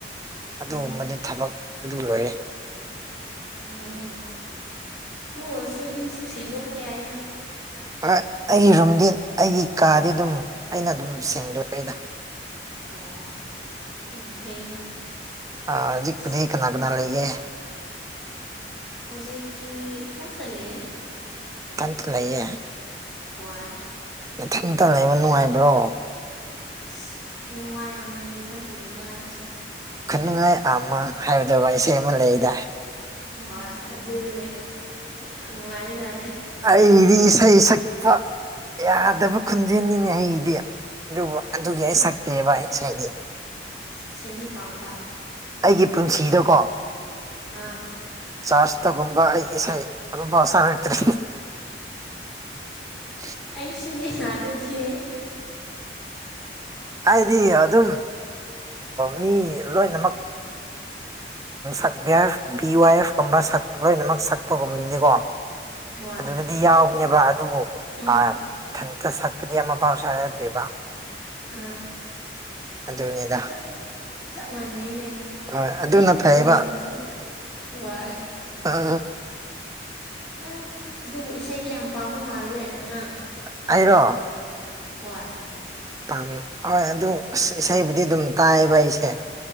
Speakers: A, on the right; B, in the centre.
A: ꯑꯗꯨꯒꯨꯝꯕꯗꯤ
B: ꯎꯝ
A: ꯊꯕꯛ ꯑꯗꯨ ꯂꯣꯏꯔꯦ
B: ꯑꯣ ꯑꯗꯨ ꯑꯣꯏꯔꯁꯨ ꯌꯨꯝꯁꯨ ꯁꯦꯡꯗꯣꯛꯄ ꯌꯥꯏꯅ
A: ꯑꯩꯒꯤ ꯔꯨꯝꯗꯤ ꯑꯩꯒꯤ ꯀꯥꯗꯤ ꯑꯗꯨꯝ ꯑꯩꯅ ꯑꯗꯨꯝ ꯁꯦꯡꯗꯣꯛ ꯑꯩꯗ
B: ꯑꯣ ꯌꯥꯝ ꯐꯩꯅꯦ
A: ꯍꯧꯖꯤꯛ
B: ꯑꯁ
A: ꯄꯤꯗꯤ ꯀꯅꯥ ꯀꯅꯥ ꯂꯩꯒꯦ
B: ꯍꯧꯖꯤꯛꯇꯤ ꯏꯊꯟꯇꯂꯦ
A: ꯄꯥꯟꯇ ꯂꯩꯌꯦ
B: ꯍꯣꯏ
A: ꯃꯊꯟꯇ ꯂꯩꯕ ꯅꯨꯡꯉꯥꯏꯕ꯭ꯔꯣ
B: ꯑꯁ ꯈꯨꯅꯨꯡꯉꯥꯏ ꯑꯃꯅꯤ ꯏꯊꯟꯇ ꯂꯩꯕ ꯍꯥꯏꯕꯁꯤ
A: ꯈꯟꯅꯤꯡꯉꯥꯏ ꯑꯃ ꯑꯃ ꯍꯥꯏꯕꯗꯨ ꯋꯥ ꯏꯁꯩ ꯑꯃ ꯂꯩꯗꯥ
B: ꯍꯣꯏ ꯑꯗꯨꯗꯅꯦ ꯌꯥꯝ ꯅꯨꯡꯉꯥꯏꯔꯤꯖꯥꯠꯅꯦ
A: ꯑꯩꯗꯤ ꯏꯁꯩ ꯁꯛꯄ ꯌꯥꯗꯕ ꯈꯨꯣꯟꯖꯦꯟꯅꯤꯅꯦ ꯑꯩꯒꯤꯗꯤ ꯑꯗꯨꯕꯨ ꯑꯗꯨꯒꯤ ꯑꯩ ꯁꯛꯇꯦ ꯚ ꯑꯩ ꯉꯥꯏꯗꯤ
B: ꯏꯁꯩꯗꯤ ꯄꯥꯝꯕ
A: ꯑꯩꯒꯤ ꯄꯨꯟꯁꯤꯗꯀꯣ
B: ꯑꯥ
A: ꯆꯥꯔꯆꯇꯒꯨꯝꯕ ꯑꯩ ꯏꯁꯩ ꯑꯗꯨꯐꯥꯎꯁꯥꯟꯅꯛꯇ ꯎ
B: ꯑꯩꯁꯨꯨ ꯅꯅꯥꯗꯗꯤ
A: ꯍꯥꯏꯗꯤ ꯑꯗꯨꯝ ꯃꯤ ꯂꯣꯏꯅꯃꯛ ꯎ ꯕꯤ ꯋꯥꯏ ꯑꯦꯐ ꯀꯨꯝꯕ ꯂꯣꯏꯅꯃꯛ ꯁꯛꯄꯒꯨꯝꯕꯅꯤꯀꯣ
B: ꯍꯣꯏ
A: ꯑꯗꯨꯗꯗꯤ ꯌꯥꯎꯕꯅꯦꯕ ꯑꯗꯨꯕꯨ
B: ꯎꯝ
A: ꯑ ꯏꯊꯟꯇ ꯁꯛꯄꯗꯤ ꯑꯃ ꯄꯥꯎ ꯁꯥꯔꯗꯣꯏꯕ
B: ꯑꯥ
A: ꯑꯗꯨꯅꯤꯗ
B: ꯞ ꯆꯞ ꯃꯥꯟꯅꯩꯅꯦ
A: ꯍꯣꯏ ꯑꯗꯨꯅ
B: ꯑꯩꯁꯨ
A: ꯐꯩꯕ
B: ꯈꯣꯟ ꯌꯥꯗꯦ ꯍꯣꯏ
A: ꯑꯥ,
B: ꯍ ꯑꯗꯨꯕꯨ ꯏꯁꯩꯗꯤ ꯌꯥꯝ ꯄꯥꯝꯕ ꯃꯥꯜꯂꯦ ꯅꯪ
A: ꯍꯥꯏꯔꯣ
B: ꯍꯣꯏ
A: ꯥꯝ ꯍꯣꯏ ꯑꯗꯨ ꯑꯁ ꯏꯁꯩꯕꯨꯗꯤ ꯑꯗꯨꯝ ꯇꯥꯏꯌꯦꯕ ꯑꯩꯁꯦ